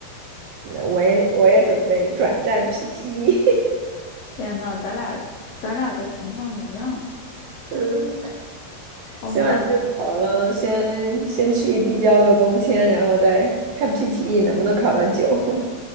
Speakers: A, on the right; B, on the left.
A: 那我也我也准备转战 PT，e
B: 天呐，咱俩咱俩的情况一样，
A: <laughs> 嗯，
B: 好难哦。
A: 先把这个考了，先先去递交个工签，然后再看 PTE 能不能考到九。<laughs>